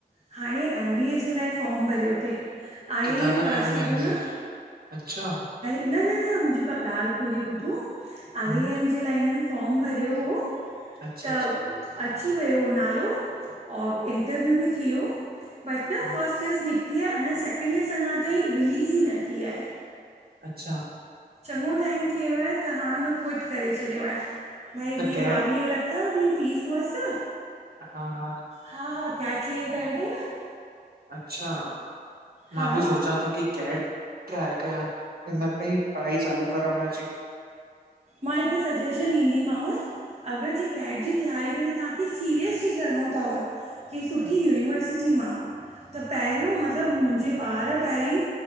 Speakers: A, on the right; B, on the right.
A: हाणे एमबीए जे लाइ फॉर्म भरियो तई, आईआईएम
B: किथां था
A: काशीपुर
B: करनि एम
A: मा।
B: बी अच्छा!
A: न न न मुंहिंजी पू ॻाल्हि पूरी ॿुधो, आईएएम
B: हम
A: जे लाइ हिननि फॉर्म भरियो हो।
B: अच्छा
A: त
B: अच्छा
A: अची वयो नालो और इंटरव्यू बि थि वयो बट
B: हा
A: फर्स्ट लिस्ट निकिती आ, अञा सैकिंड लिस्ट अञा ताईं रिलीज़ ई न थी आहे।
B: अच्छा
A: चङो टाइम थि वयो आ, त हाणे हुन क्विट करे छॾियो आहे। भई
B: त
A: वीह
B: कैट
A: ॿावीह लखु ख वि फीस हुअसि।
B: हा हा
A: हा हा कैट क्लीअर कयो तई न।
B: अच्छा मां
A: हा
B: बि सोचां तो कि कैट ट्राए कयां। हिन मईलु खां ई पढ़ाई चालू करां उनजी।
A: मां हिकु सजेशन ॾीदींमांव। अगरि जे कैट जी तैयारी करे तव्हांखे सीरियसली करिणो तवि? कैहिं सुठी
B: हम्म।
A: यूनिवर्सिटी मां, त पहिरियों मतलबु मुंहिंजे ॿार पहिरीं